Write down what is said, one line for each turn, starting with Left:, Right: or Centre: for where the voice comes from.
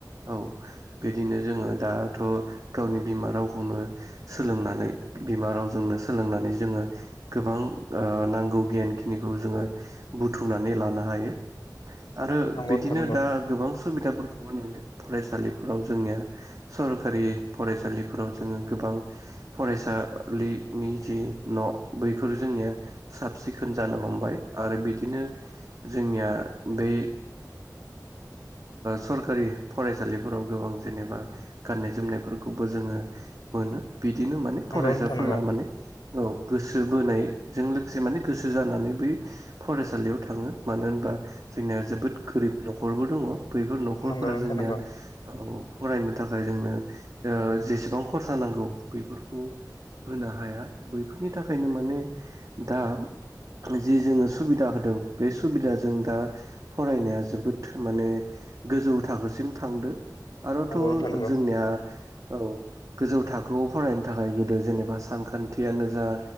Right: औ बिदिनो जोङो दा थ' गावनि बिमा रावखौनो सोलोंनानै बिमा रावजोंनो सोलोंनानै जोङो गोबां नांगौ गियानखिनिखौ जोो बुथुमनानै लानो हायो आरो
Left: नंगौ
Right: बिदिनो
Left: नंगौ नोंथां नंगौ
Right: दा गोबां सुबिदाफोरखौबो नुयो फरायसालिफोराव जोंनिया सरखारि फरायसालिफोराव जोङो गोबां फरायसालिनि जि न' बैफोर जोंनिया साब सिखोन जानो हमबाय आरो बिदिनो जोंनिया बै सरखारि फरायसालिफोराव गोबां जेनेबा गाननाय जोमनायफोरखौबो जोङो मोनो बिदिनो माने फरायसाफोरा
Left: नंगौ नोंथां नंगौ
Right: माने औ गोसो बोनायजों गोस माने गोसो जानानै बै फरायसालियाव थाङो मानो होनबा जोंनिया जोबोद गोरिब न'खरबो दङ बैफोर न'खरफोरा
Left: नंगौ नोंथां
Right: जोंनिया
Left: नंगौ
Right: औ फरायनो थाखाय जोंनो जेसेबां खरसा नांगौ बेफोरखौ होनो हाया बैफोरनि थाखायनो माने दा जि जोङो सुबिदा होदों बे सुबिदाजों दा फरायनाया जोबोद माने गोजौ थाखोसिम थांदो आरोथ'
Left: नंगौ नंगौ नोंथां नंगौ नोंथां नंगौ
Right: जोंनिया औ गोजौ थाखोआव फरायनो थाखाय गोदो जेनेबा सानखान्थियानो जा